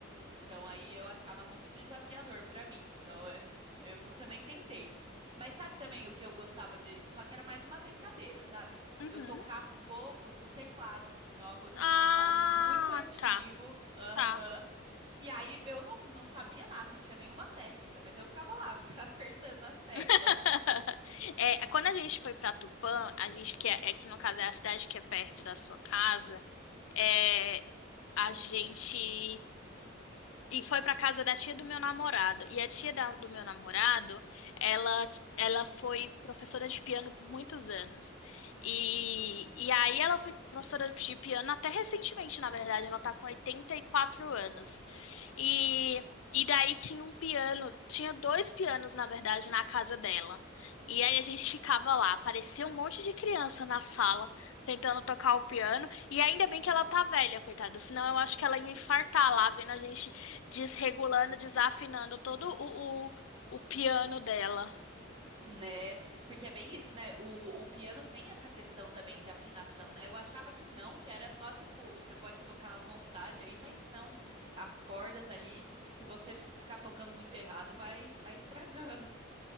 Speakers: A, on the right; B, on the left.
A: Então aí eu achava muito desafiador pra mim. Então é, eu nunca nem tentei. Mas sabe também o que eu gostava de, só que era mais uma brincadeira, sabe?
B: Uhum.
A: Eu tocava um pouco do teclado. Meu avô tinha
B: Ah,
A: um teclado muito antigo.
B: tá,
A: Aham.
B: tá.
A: E aí eu não, não sabia nada, não tinha nenhuma técnica, mas eu ficava lá <laughs> apertando as teclas.
B: <laughs> É, quando a gente foi pra Tupã, a gente que é, é que no caso é a cidade que é perto da sua casa, é, a gente E foi pra casa da tia do meu namorado. E a tia da- do meu namorado, ela, ela foi professora de piano por muitos anos. E,
A: Hum.
B: e aí ela foi professora de piano até recentemente, na verdade. Ela tá com 84 anos. E, e daí tinha um piano, tinha dois pianos, na verdade, na casa dela. E aí a gente ficava lá, parecia um monte de criança na sala, tentando tocar o piano. E ainda bem que ela tá velha, coitada, senão eu acho que ela ia infartar lá, vendo a gente desregulando, desafinando todo o, o, o piano dela.
A: Né? Porque é bem isso, né? O, o piano tem essa questão também de afinação, né? Eu achava que não, que era só tipo, você pode tocar à vontade aí, mas não. As cordas ali, se você ficar tocando muito errado, vai, vai estragando.